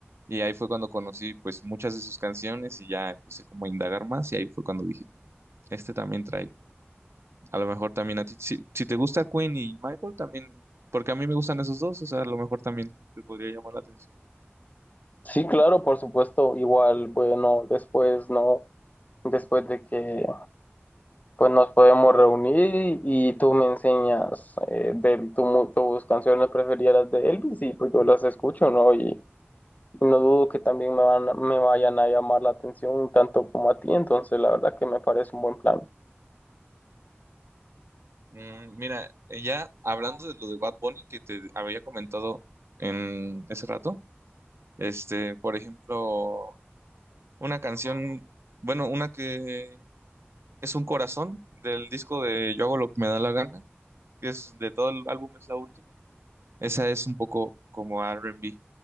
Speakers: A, on the right (about 70°); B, on the left (about 35°).
A: y ahí fue cuando conocí pues muchas de sus canciones y ya empecé como a indagar más y ahí fue cuando dije, este también trae, a lo mejor también a ti, si, si te gusta Queen y Michael también, porque a mí me gustan esos dos, o sea, a lo mejor también te podría llamar la atención.
B: Sí, claro, por supuesto, igual, bueno, después no, después de que pues nos podemos reunir y tú me enseñas eh, de tu mu- tus canciones preferidas de Elvis y pues yo las escucho, ¿no? Y, y no dudo que también me van, a- me vayan a llamar la atención tanto como a ti, entonces la verdad que me parece un buen plan.
A: Mm, Mira, eh, ya hablando de lo de Bad Bunny que te había comentado en ese rato, este, por ejemplo, una canción, bueno, una que es un corazón del disco de Yo hago lo que me da la gana, que es de todo el álbum, es la última. Esa es un poco como R&B.